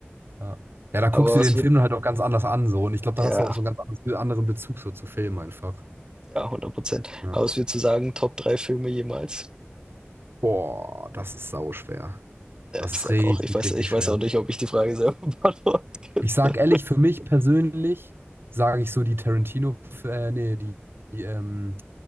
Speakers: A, on the right; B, on the right.
A: Ja. Ja, da guckst
B: Aber
A: du den
B: es wird,
A: Film dann halt auch ganz anders an, so. Und ich glaube,
B: ja,
A: dann hast du auch so einen ganz anderes- anderen Bezug so zu Filmen einfach.
B: ja, hundert Prozent
A: Ja.
B: Aber es wird zu sagen, Top 3 Filme jemals.
A: Boah, das ist sauschwer.
B: Ja,
A: Das
B: ich
A: ist
B: sag
A: richtig,
B: auch, ich weiß,
A: richtig
B: ich
A: schwer.
B: weiß auch nicht, ob ich die Frage selber <laughs> beantworten könnte.
A: Ich sag ehrlich, für mich persönlich sage ich so die Tarantino, äh, nee, die, die ähm,